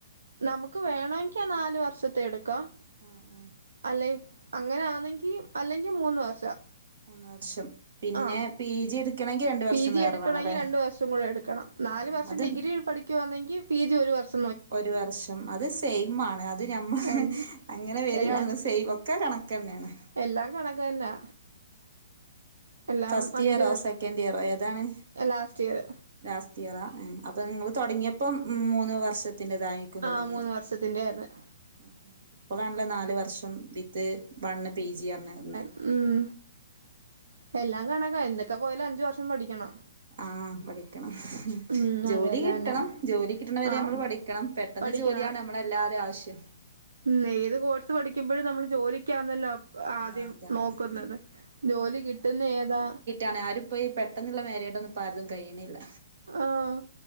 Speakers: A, on the right (about 75°); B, on the right (about 60°).
A: നമുക്ക് വേണേങ്കിൽ നാല് വർഷത്തെ എടുക്കാം
B: ആഹ് ആഹ്
A: അല്ലെയ് അങ്ങനൊന്നെങ്കി അല്ലെങ്കിൽ മൂന്ന് വർഷ
B: മൂന്ന് വർഷം പിന്നെ
A: ആഹ്
B: പി ജി എടുക്കണമെങ്കിൽ രണ്ട് വർഷം
A: പി ജി
B: വേറെ
A: എടുക്കണെങ്കിൽ
B: വേണം അല്ലേ
A: രണ്ട് വർഷം കൂടെ എടുക്കണം നാല്
B: ആ
A: വർഷം
B: അത്
A: ഡിഗ്രി പഠിക്കുകവാന്നെങ്കിൽ പി ജി ഒരു വർഷ്
B: ഒരു വർഷം അത് സെയിം ആണ് അത് ഞമ്മ
A: രണ്ട്
B: അങ്ങനെ വരാന്ന്ള്ളത്
A: എല്ലാം
B: സൈ ഒക്കെ കണക്കെന്നെണ്
A: എല്ലാം കണക്ക് തന്നാ എല്ലാം
B: ഫസ്റ്റ്
A: അഞ്ച്
B: ഇയറോ
A: വർ
B: സെക്കൻഡ് ഇയറോ ഏതാണ്?
A: ലാസ്റ്റ് ഇയറ്
B: ലാസ്റ്റ് ഇയറാ ഏഹ് അപ്പൊ നിങ്ങൾ തുടങ്ങിയ ഇപ്പം മൂന്ന് വർഷത്തിന്റെതായിക്കും തുടങ്ങിയത്
A: ആഹ് മൂന്ന് വർഷത്തിന്റെ ആയിരുന്നു
B: ആഹ് ഇപ്പാവണല്ല നാല് വർഷം വിത്ത് വണ്ണ് പി ജി അറഞ്ന്നെ
A: ഊം എല്ലാം കണക്കാ എന്തൊക്കെ പോയാലും അഞ്ചു വർഷം പഠിക്കണം
B: ആഹ് പഠിക്കണം
A: ഉം
B: ജോലി
A: അതുപോലെ
B: കിട്ടണം
A: തന്നെ
B: ജോലി കിട്ടണവരെ
A: ആഹ്
B: നമ്മൾ പഠി ക്കണം പെട്ടെന്ന്
A: പഠിക്കണം
B: ജോലിയാണ് നമ്മളെ എല്ലാരേം ആവശ്യം
A: ഉം ഏത് കോഴ്സ് പഠിക്കുമ്പോഴും നമ്മള് ജോലിക്കാന്നല്ലോ പ്പം ആദ്യം
B: ആഹ് അതാണ്
A: നോക്കുന്നത്
B: ഉം
A: ജോലി കിട്ടുന്ന ഏതാ
B: ആണ് ആരിപ്പ ഈ പെട്ടെന്നുള്ള മേരേടൊന്നും ഇപ്പോ ആര്തും കഴിയുന്നില്ല
A: ആഹ്